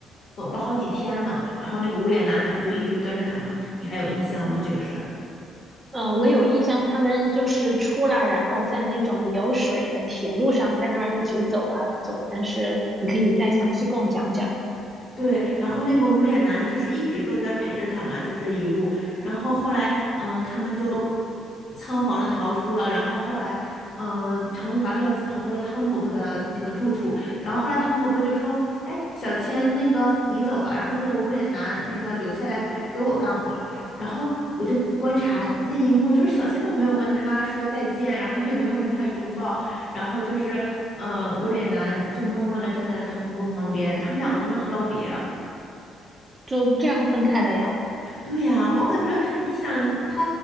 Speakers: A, on the left (about 45°); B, on the right (about 20°).
A: 走了好几天呢。然后那个无脸男他不就一直跟着他吗？你还有印象吗？这个事儿？
B: 嗯，我有印象，他们就是出来，然后在那种有水的铁路上，在那儿一直走啊走。但是你可以再详细跟我讲讲，
A: 对，然后那个无脸男就是一直都在陪着他嘛，就这一路。然后后来，嗯，他们就仓皇的逃出了。然后后来，嗯，长途跋涉跑到了汤婆婆的那个住处。然后后来汤婆婆就说：“哎，小千，那个你走吧。”然后这个无脸男那个留下来陪给我干活儿。然后我就观察那一幕，就是小千都没有跟他说再见，然后也没有跟他拥抱，然后就是，呃，无脸男就默默的站在了汤婆婆旁边，他们两个都没有道别。
B: 就这样分开了呀。
A: 对呀、我感觉你想他